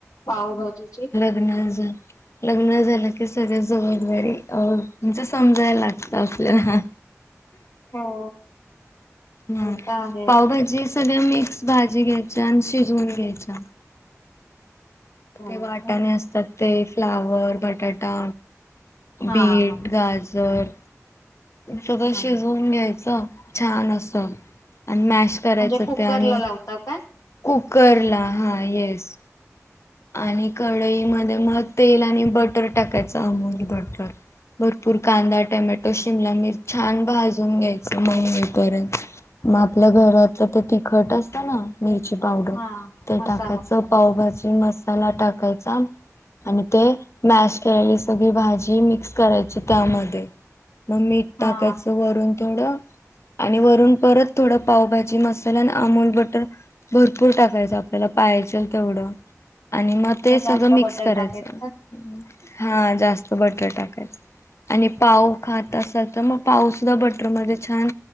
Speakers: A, on the left; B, on the left.
A: पावभाजीची?
B: अन <unintelligible> लग्न झालं की सगळ जबाबदारी अ म्हणजे समजायला लागत आपल्याला.
A: हो
B: हा
A: हे तर आहेच
B: पावभाजी सगळ्या मिक्स भाजी घ्यायच्या आणि शिजवून घ्यायच्या.
A: हो
B: ते वाटाने
A: का
B: असतात ते फ्लाव, र बटाटा
A: हा
B: बीट
A: हा
B: गाजर सगळं
A: हा
B: शिजवून
A: म्हणजे
B: घ्यायचं छान अस आणि मॅश करायचं
A: म्हणजे कुकर
B: ते आणि
A: ला लावत काय?
B: कुकरला हा येस आणि कढईमध्ये मग तेल आणि बटर टाकायचं अमूल बटर भरपूर कांदा टमॅटो शिमला मिर छान भाजून घ्यायच मऊ होईपर्यंत मग आपल्या घरातलं तर ते तिखट असतं ना. मिरची पावडर
A: हा
B: ते
A: मसाला
B: टाकायचं पावभाजी मसाला टाकायचा. आणि ते मॅश केलेली सगळी भाजी मिक्स करायची त्यामध्ये मग मीठ
A: हा
B: टाकायचं वरून थोडं आणि वरून परत थोडं पावभाजी मसाला, अमूल बटर भरपूर टाकायचं आपल्याला पाहायजेल तेवढ. आणि मग
A: म्हणजे
B: ते सगळं
A: जास्त
B: मिक्स
A: बटर
B: करायचं
A: टाकायचं का
B: हा जास्त बटर टाकायचं. आणि पाव खात असाल तर मग पावसद्धा बटरमध्ये छान